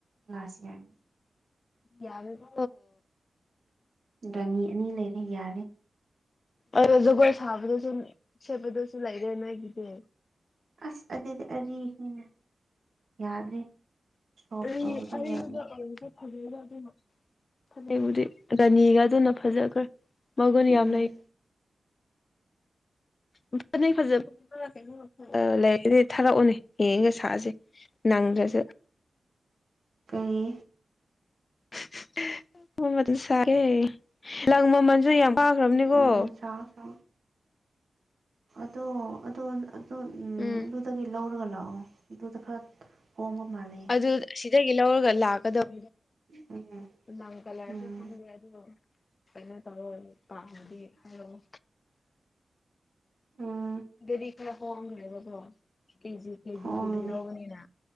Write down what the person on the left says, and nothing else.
ꯌꯥꯒꯥꯔꯣ
ꯑꯗꯣ ꯖꯒꯣꯏ ꯁꯥꯕꯗꯁꯨ ꯁꯦꯠꯄꯗꯁꯨ ꯂꯩꯔꯦ ꯅꯣꯏꯒꯤꯗꯤ
ꯔꯤ
ꯑꯔꯤꯕ
ꯑꯣꯏꯔꯁꯨ <unintelligible> ꯐꯕꯨꯗꯤ ꯔꯥꯅꯤꯒꯗꯨꯅ ꯐꯖꯒ꯭ꯔꯦ ꯃꯒꯨꯟ
ꯌꯥꯝ ꯂꯩ <unintelligible> ꯑꯥ ꯂꯩꯗꯤ ꯊꯥꯔꯛꯑꯣꯅꯦ ꯌꯦꯡꯒ ꯁꯥꯁꯦ ꯅꯪꯗ꯭ꯔꯁꯨ
<unintelligible> ꯂꯪ ꯃꯃꯟꯖꯨ ꯌꯥꯝ ꯀꯥꯈ꯭ꯔꯕꯅꯤꯀꯣ
ꯎꯝ
ꯑꯗꯨ ꯁꯤꯗꯒꯤ ꯂꯧꯔꯒ ꯂꯥꯛꯀꯗꯧꯕ
ꯂꯪ ꯀꯂꯔꯁꯨ
ꯈꯪꯗꯦ ꯑꯗꯨꯒ ꯀꯩꯅꯣ ꯇꯧꯋꯦ ꯄꯥꯝꯃꯗꯤ ꯍꯥꯏꯔꯛꯑꯣ
ꯁꯤꯗꯥꯗꯤ ꯈꯔ ꯍꯣꯡꯒ꯭ꯔꯦꯕꯀ꯭ꯣ ꯀꯦꯖꯤ ꯀꯦꯖꯤ
ꯀꯦꯖꯤ ꯂꯧꯕꯅꯤꯅ